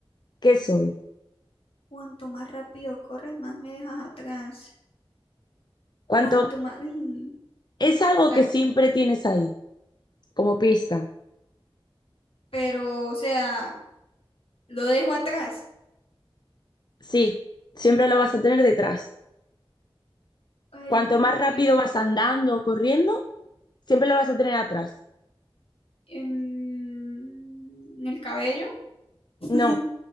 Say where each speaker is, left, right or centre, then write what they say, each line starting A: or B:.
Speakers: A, on the left; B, on the left.
A: ¿Qué soy?
B: Cuanto más rápido corres, más me dejas atrás.
A: Cuanto
B: Cuanto más... Uy,
A: es algo
B: la...
A: que siempre tienes ahí, como pista.
B: Pero, o sea, lo dejo atrás.
A: Sí, siempre lo vas a tener detrás.
B: Ay,
A: Cuanto
B: Dios
A: más
B: mío.
A: rápido vas andando o corriendo, siempre lo vas a tener atrás.
B: Em, ¿el cabello? <laughs>
A: No,